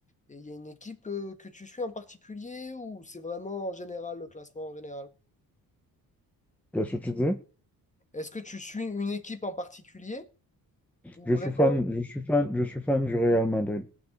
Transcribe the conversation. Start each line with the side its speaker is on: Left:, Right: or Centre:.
Left: et il y a une équipe euh, que tu suis en particulier ou c'est vraiment en général le classement en général?
Centre: Qu'est-ce que tu dis?
Left: Est-ce que tu suis une équipe en particulier ou
Centre: Je
Left: vraiment?
Centre: suis fan, je suis fan, je suis fan du Real Madrid.